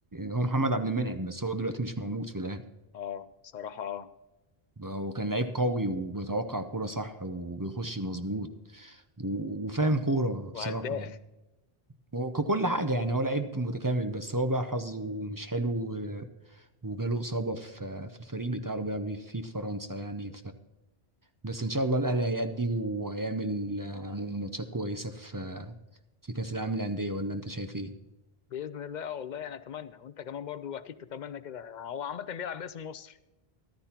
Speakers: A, on the right; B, on the left.
A: هو محمد عبد المنعم بس هو دلوقتي مش موجود في الاهلي
B: اه بصراحه اه
A: هو كان لعيب قوي وبيتوقع كوره صح وبيخش مظبوط و- وفاهم كوره بصراحه
B: وهداف
A: يعني هو ككل حاجه يعني هو لعيب متكامل بس هو بقى حظه مش حلو و- وجاله اصابه في في الفريق بتاعه اللي بيلعب فيه في فرنسا يعني بس ان شاء الله الاهلي هيأدي وهيعمل آه، م- ماتشات كويسه في آه، في كاس العالم للانديه ولا انت شايف ايه
B: باذن الله اه والله انا اتمنى وانت كمان برضو اكيد تتمنى كده هو عامه بيلعب باسم مصر